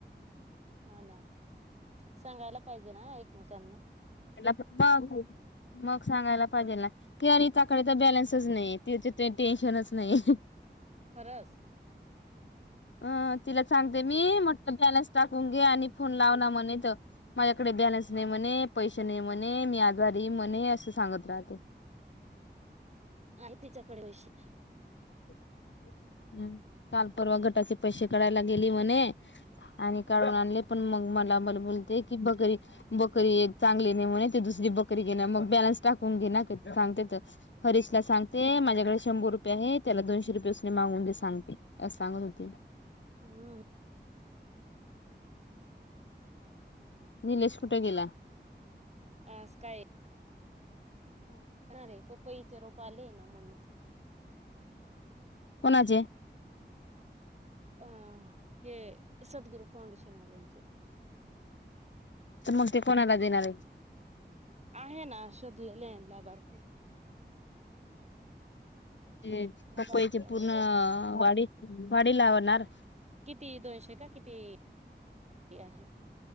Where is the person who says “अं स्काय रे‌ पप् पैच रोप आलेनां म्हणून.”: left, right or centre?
Right